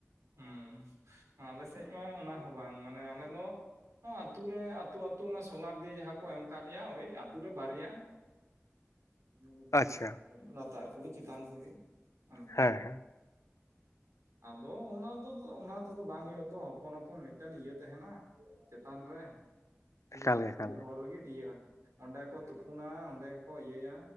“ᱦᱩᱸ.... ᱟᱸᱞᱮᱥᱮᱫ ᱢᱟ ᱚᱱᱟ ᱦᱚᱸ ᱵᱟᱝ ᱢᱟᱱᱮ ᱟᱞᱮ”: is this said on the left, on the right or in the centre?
Right